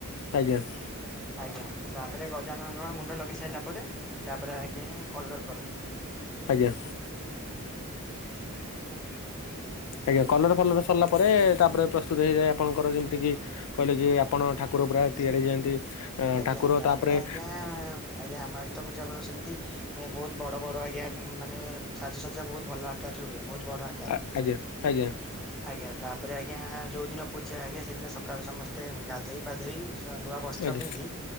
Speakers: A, on the left; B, in the centre.
A: ଆଜ୍ଞା
B: ଆଜ୍ଞା ତାପରେ ଗଜାନନଙ୍କ ମୁଣ୍ଡ ଲଗେଇ ସାରିଲା ପରେ ତାପରେ ଆଜ୍ଞା କଲର କରନ୍ତି।
A: ଆଜ୍ଞା।
B: <inaudible>
A: ଆଜ୍ଞା କଲର ଫଲର ସରିଲା ପରେ ତାପରେ ପ୍ରସ୍ତୁତ ହେଇଯାଏ ଆପଣଙ୍କର ଯେମିତି କିି କହିଲେ କି ଆପଣ ଠାକୁର ପୁରା ତିଆରି ହେଇଯାଆନ୍ତି
B: ଆଜ୍ଞା
A: ଠାକୁର ତାପରେ
B: ଆଜ୍ଞା ଆଜ୍ଞା ଆମ ଆଡେ ତ ପୂଜା ପର୍ବ ସେମିତି। ଏ ବହୁତ ବଡ ବଡ ଆଜ୍ଞା ମାନେ ସାଜସଜ୍ଜା ବହୁତ ଭଲ ଆକାରରେ ହୁଏ ବହୁତ ବଡ ଆ
A: ଆ ଆଜ୍ଞା ଆଜ୍ଞା।
B: ଆଜ୍ଞା ତାପରେ ଆଜ୍ଞା ଯୋଉ ଦିନ ପୂଜା ଆଜ୍ଞା ସେଦିନ ସକାଳୁ ସମସ୍ତେ ଗାଧେଇ ପାଧେଇ ନୂଆ ବସ୍ତ୍ର
A: ଆଜ୍ଞା
B: ପିନ୍ଧି